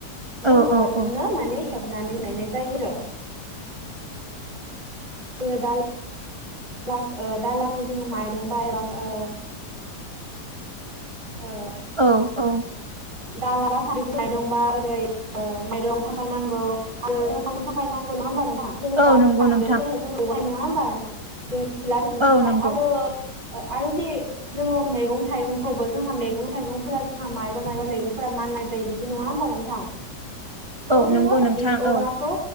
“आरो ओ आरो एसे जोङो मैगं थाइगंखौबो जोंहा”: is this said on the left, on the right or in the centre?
Right